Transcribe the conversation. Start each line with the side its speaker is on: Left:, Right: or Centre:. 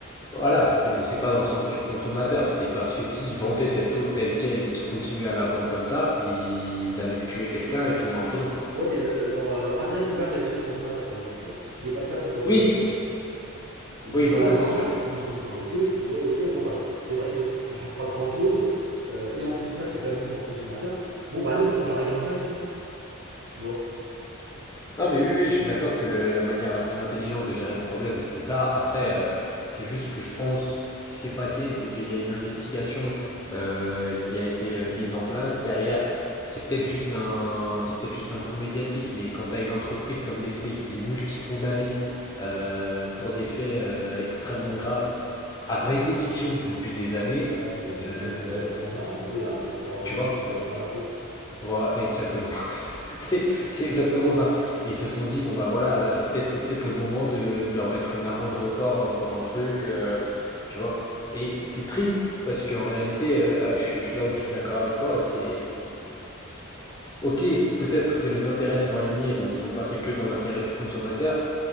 Left: voilà, c'est c'est pas dans le sens du consommateur, c'est parce que s'ils vendaient cette eau telle qu'elle et qu'ils continuaient à la vendre comme ça, ils allaient tuer quelqu'un et finir en prison.
Right: Ouais, mais le- le- leur, euh, leur intérêt converge avec ceux du consommateur pour le coup, tu vois. Ce qui n'est pas le cas pour euh,
Left: Oui,
Right: Butoni. Et du
Left: oui,
Right: coup,
Left: non,
Right: là,
Left: ça
Right: normalement,
Left: c'est sûr.
Right: tu trouves une solution avec eux, tu dis, ouais, ok, bon, bah, c'est vrai que ça change pas grand chose, euh, et en plus, ça, c'est quand même mieux pour le consommateur. Bon, bah, allez, on change la réglementation, tu vois.
Left: Non, mais oui, oui, je suis d'accord que le- la manière la plus intelligente de gérer le problème, c'était ça. Après, euh, c'est juste que je pense, ce qui s'est passé, c'est qu'il y a une investigation euh, qui a été euh, mise en place. Derrière, c'est peut-être juste un, c'est peut-être juste un coup médiatique, mais quand tu as une entreprise comme Nestlé qui est multicondamnée euh, pour des faits euh, extrêmement graves, à répétition depuis des années,
Right: Ouais, mais je,
Left: euh,
Right: je sais, je vois où tu vas en venir. En gros, il y a un procureur
Left: tu
Right: gauchiste
Left: vois?
Right: qui veut leur faire la peau.
Left: Voilà, exactement. C'est c'est exactement ça. Ils se sont dit, bon bah voilà, là c'est peut-être c'est peut-être le moment de, de leur mettre une amende record euh, pour un truc, euh, tu vois. Et c'est triste, parce qu'en réalité, euh, là, je, suis- là où je suis d'accord avec toi, c'est ok, peut-être que les intérêts sont alignés, donc ils l'ont pas fait que dans l'intérêt du consommateur,